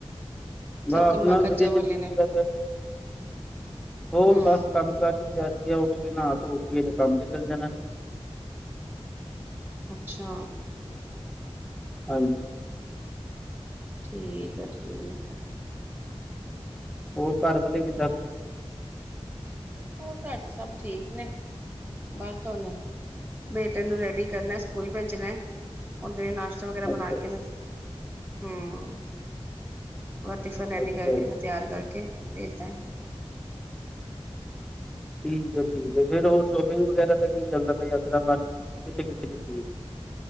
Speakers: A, on the right; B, in the centre.
A: ਸਭ
B: ਬਸ
A: ਕੰਮਾਂ
B: ਆਪਣਾ
A: ਕਾਜਾਂ
B: ਵੀ ਵਧੀਆ ਚੱਲੀ
A: ਵਾਲੇ ਨੇ
B: ਜਾਂਦਾ ਪਿਆ ਜੇ। ਹੋਰ
A: ਹੂੰ
B: ਬਸ ਕੰਮ ਕਾਰ ਤਿਆਰੀ ਆ ਉੱਠ ਕੇ ਨਹਾ ਧੋ ਕੇ ਤੇ ਕੰਮ ਤੇ ਚੱਲ ਜਾਣਾ।
A: ਅੱਛਾ।
B: ਹਾਂਜੀ।
A: ਠੀਕ ਆ ਠੀਕ ਆ।
B: ਹੋਰ ਘਰ ਵਾਲੇ ਕਿੱਦਾਂ ਫਿਰ?
A: ਹੋਰ ਘਰ ਚ ਸਭ ਠੀਕ ਨੇ। ਬਸ ਤੁੁਣ ਬੇਟੇ ਨੂੰ ਰੈਡੀ ਕਰਨਾ ਸਕੂਲ ਭੇਜਣਾ ਓਦੇ ਨਾਸ਼ਤਾਂ ਵਗੈਰਾ ਬਣਾ
B: ਅੱਛਾ
A: ਕੇ ਹੂੰ। ਉਹ ਟਿਫਨ ਰੈਡੀ
B: ਅੱਛਾ
A: ਕਰਕੇ ਉਹਨੂੰ
B: ਜੀ
A: ਤਿਆਰ ਕਰਕੇ ਭੇਜਤਾ।
B: ਠੀਕ ਹੈ ਠੀਕ ਫਿਰ ਹੋਰ ਸ਼ੋਪਿੰਗ ਵਗੈਰਾ ਦਾ ਕੀ ਚੱਲਦਾ, ਯਾਤਰਾ ਕਿੱਥੇ ਕਿੱਥੇ ਕੀਤੀ ਹੈ।